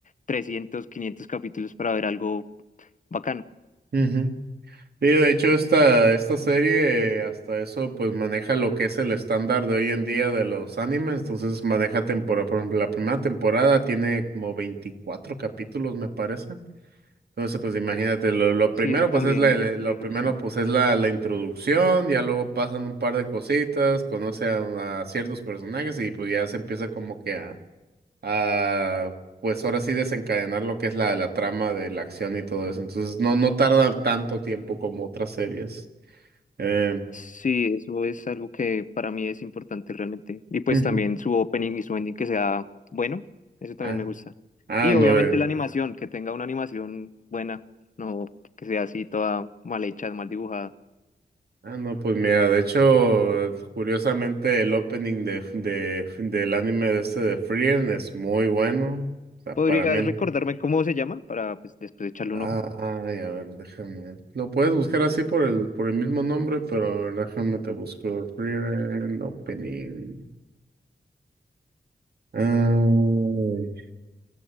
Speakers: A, on the left; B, on the right.
A: 300, 500 capítulos para ver algo bacano.
B: ujú. Sí, de hecho esta, esta serie hasta eso pues maneja lo que es el estándar de hoy en día de los animes, entonces maneja temporada, por ejemplo, la primera temporada tiene como 24 capítulos me parece. Entonces, pues imagínate, lo, lo
A: Sí,
B: primero,
A: eso también
B: pues es la, la- lo
A: me gusta.
B: primero, pues es la, la introducción, ya luego pasan un par de cositas, conoce a, a ciertos personajes y pues ya se empieza como que a, a, pues ahora sí desencadenar lo que es la, la trama de la acción y todo eso. Entonces, no, no tarda tanto tiempo como otras series. Eh,
A: Sí, eso es algo que para mí es importante realmente. Y pues
B: ujú.
A: también su opening y su ending que sea bueno, eso también
B: Ah,
A: me gusta.
B: ah,
A: Y obviamente
B: no,
A: la
B: eh,
A: animación, que tenga una animación buena, no que sea así toda mal hecha, mal dibujada.
B: ah, no, pues mira, de hecho, curiosamente el opening de, de, del anime de este de Frieren es muy bueno O sea,
A: ¿Podrías
B: para mí,
A: recordarme cómo se llama para pues, después echarle
B: Ah,
A: un ojo?
B: Ay, a ver, déjame. Lo puedes buscar así por el, por el mismo nombre, pero a ver, déjame te busco. Friend Opening. Ay,